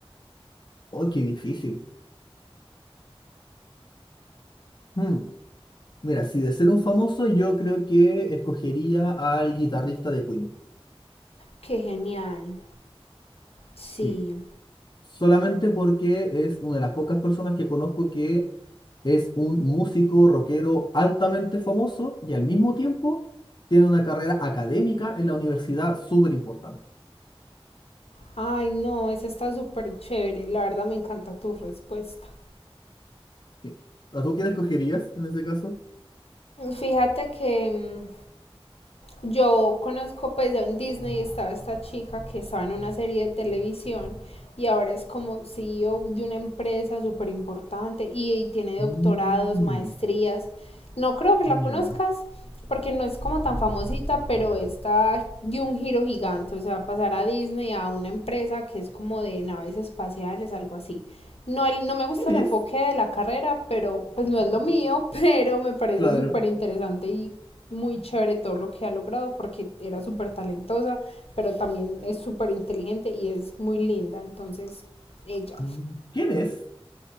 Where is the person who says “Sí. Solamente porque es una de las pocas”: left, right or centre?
Left